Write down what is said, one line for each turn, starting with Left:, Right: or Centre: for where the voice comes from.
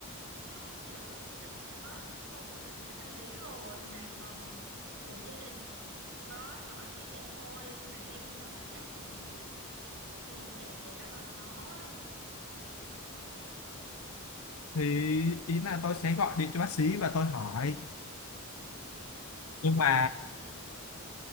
Right: chứ giờ tâm đã có không ổn định về tâm lý rồi mà còn kiểu gia đình chỉ chỉ có nói như vậy thôi mà em làm vẫn vậy thì thì như vậy sẽ rất là khó á
Left: Thì ý là tôi sẽ gọi điện cho bác sĩ và tôi hỏi nhưng mà